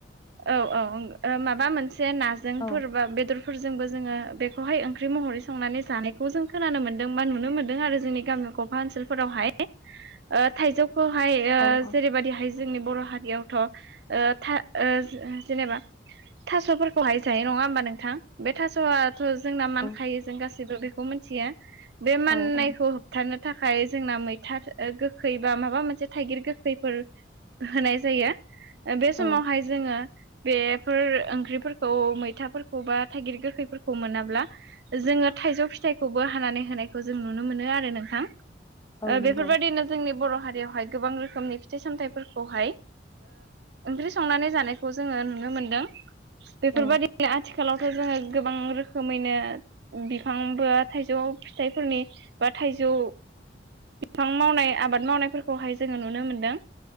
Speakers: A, on the right (about 60°); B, on the left (about 20°).
A: औ औ ओ माबा मोनसे नाजोंफोर
B: औ
A: बा बेदर फोरजोंबो जोङो बेखौहाय ओंख्रि महरै संनानै जानायखौ जों खोनानो मोनदों बा नुनो मोन्दों आरो जोंनि गामियाव। ओनसोलफोरावहाय ओ थाइजौखौहाय ओ
B: औ औ
A: जेरैबायदिहाय जोंनि बर' हारियावथ' ओ था जेनेबा थास'फोरखौहाय जायो नङा होमबा नोंथां बे थास'आ। जोंना मानखायो
B: औ
A: जों गासैबो बेखौ मिन्थियो बे माननायखौ।
B: औ औ
A: होबथानो थाखाय जोंना मैथा ओ गो खै बा माबा मोनसे थाइगिर गोखैफोर होनाय जायो बे
B: औ
A: समावहाय। जोङो। बेफोर ओंख्रिफोरखौ मैथाफोरखौ बा थाइगिर गोखैफोरखौ मोनाब्ला। जोङो थाइजौ फिथाइखौबो हानानै होनायखौ जों नुनो मोनो आरो नोंथां।
B: औ नंगौ
A: बेफोरबायदिनो जोंनि बर' हारियावहाय गोबां रोखोमनि फिथाइ सामथाइफोरखौहाय। ओंख्रि संनानै जानायखौ जोङो नुनो मोनदों बेफोरबायदि।
B: औ
A: आथिखालावथ' जोङो गोबां रोखोमैनो। बिफां बा थाइजौ फिथाइफोरनि बा थाइजौ बिफां मावनाय। आबाद मावनायफोरखौहाय जोङो नुनो मोनदों